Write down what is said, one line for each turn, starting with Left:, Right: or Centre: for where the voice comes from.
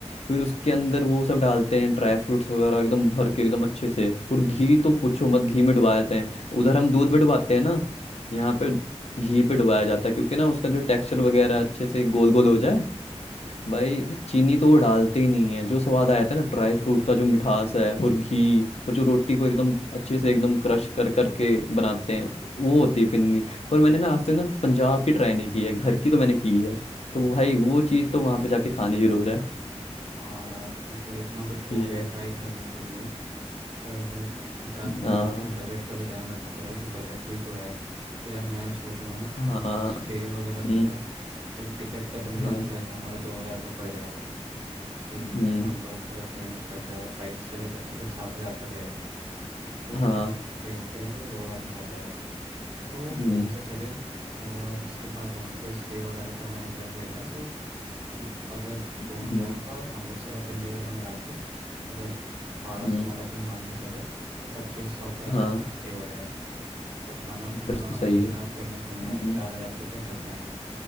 Left: फिर उसके अंदर वो सब डालते हैं ड्राई फ्रूट्स वगैरह एकदम भर के एकदम अच्छे से और घी तो पूछो मत घी में डुबा देते हैं उधर हम दूध में डुबाते हैं ना यहाँ पे घी पे डुबाया जाता है क्योंकि ना उसका जो टेक्सचर वगैरह अच्छे से गोल गोल हो जाए भाई चीनी तो वो डालते ही नहीं है जो स्वाद आया था ना ड्राई फ्रूट का जो मिठास है और घी और जो रोटी को एकदम अच्छे से एकदम क्रश कर करके बनाते हैं वो होती है पिन्नी पर मैंने ना आज तक ना पंजाब की ट्राई नहीं की है घर की तो मैंने की है तो भाई वो चीज़ तो वहां पे जाके खानी जरूर है
Right: और यार, मतलब इतना कुछ हो
Left: ये
Right: गया
Left: है
Right: ट्राई करने के लिए पर साथ में
Left: हाँ
Right: हमें अपने बजट का भी ध्यान रखना पड़ेगा कि बजट भी तो है तो यार मैं सोच रहा हूँ कि
Left: हाँ
Right: स्टे वगैरह तो
Left: हम्म,
Right: है लेकिन टिकट का तो मिला
Left: हाँ
Right: जुला के हमारा दो हज़ार का पड़ जाएगा कि
Left: हम्म,
Right: हम लोग अगर ट्रेन से चलते हैं अगर फ्लाइट से चले तब तो फिर सात हज़ार तक लगेगा तो
Left: हाँ
Right: ट्रेन से चलेंगे तो दो हज़ार में हो जाएगा तो
Left: हम्म,
Right: ट्रेन से चले और उसके बाद वहाँ पे स्टे वगैरह का मैंने बजट देखा है तो अगर
Left: हम्म,
Right: दोनों जगह का अमृतसर और चंडीगढ़ का मिला के अगर बारह
Left: हम्म,
Right: सौ बारह सौ भी मान के चले तो पच्चीस सौ के आसपास
Left: हाँ
Right: में स्टे हो जाएगा फिर खाना पीना
Left: फिर तो सही
Right: घूमना
Left: है
Right: फिरना सब
Left: हम्म,
Right: मिला के चार हज़ार तक के खर्च आएंगे